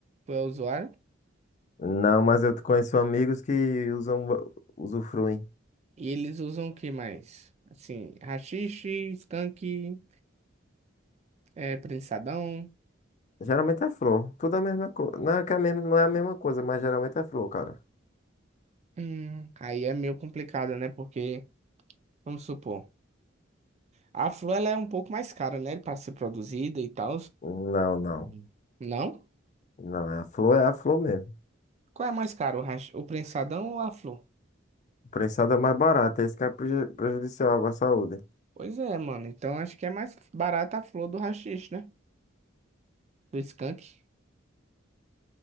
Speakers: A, on the right; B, on the left.
A: tu é usuário.
B: Não, mas eu conheço amigos que usam, usufruem.
A: E eles usam o que mais? Assim, rachixe, skunk... É prensadão.
B: Geralmente é flor, tudo é a mesma coisa. Não é que é a mesma, não é a mesma coisa, mas geralmente é flor, cara.
A: Hum, aí é meio complicado, né? Porque, vamos supor, a flor ela é um pouco mais cara, né? Para ser produzida e tal.
B: Não, não.
A: Hum. Não?
B: Não, é a flor é a flor mesmo.
A: Qual é mais caro, o, hash... o prensadão ou a flor?
B: O Prensado é mais barato, esse que é preju- prejudicial à saúde.
A: Pois é, mano. Então acho que é mais barata a flor do haxixe, né? Do skunk.